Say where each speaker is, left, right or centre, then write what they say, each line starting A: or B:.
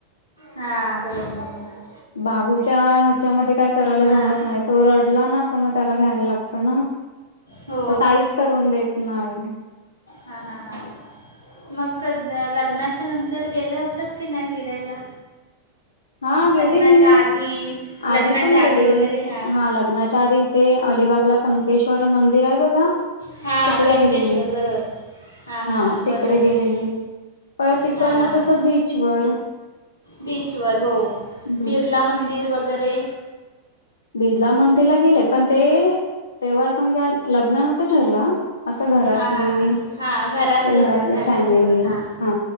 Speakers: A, on the left; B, on the left.
A: हा बरोबर बरोबर
B: बाबूच्या ह्याच्यामध्ये काय करायला
A: हां
B: जमत नाही तो रडला ना का मग त्याला घ्यायला लागत ना
A: हो
B: त काहीच करून देत नाही
A: हा हा हा मग क लग्नाच्या नंतर गेल्या होतात की नाही फिरायला
B: हा गेलेली
A: लग्नाच्या आधी
B: आधी
A: लग्नाच्या
B: पण गेलेली
A: आधी वगैरे हां
B: हा लग्नाच्या आधी ते अलिबाग ला कंकेश्वर मंदिर आहे बघा
A: हां
B: तिकडे
A: कणकेश्वर
B: गेलेली
A: बरोबर हां हां
B: हा
A: हां
B: तिकडे
A: बरोबर
B: गेलेली पर तिकड
A: हां
B: ना तसं बीचवर
A: बीचवर हो
B: हम्म
A: बिर्ला मंदिर वगैरे
B: बिदला मंदिरला गेले पण ते तेव्हा असं म्हणजे लग्न नव्हतं ठरलं असं घरातली
A: हां हां हां
B: अशी
A: हां घरातले
B: घरातली
A: वगैरे फॅमिलीसोबत
B: फॅमिली
A: हां
B: हा